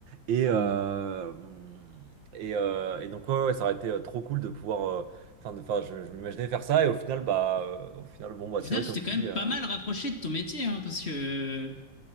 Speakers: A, on the right; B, on the left.
A: Et, euh, et, euh, et donc, ouais, ouais, ça aurait été euh, trop cool de pouvoir. euh, Enfin, de, enfin, je, je m'imaginais faire ça, et au final, bah, euh, au final, bon, bah,
B: Au
A: c'est
B: final,
A: vrai,
B: tu
A: comme
B: t'es
A: tu
B: quand
A: dis.
B: même
A: euh,
B: pas mal rapproché de ton métier, hein, parce que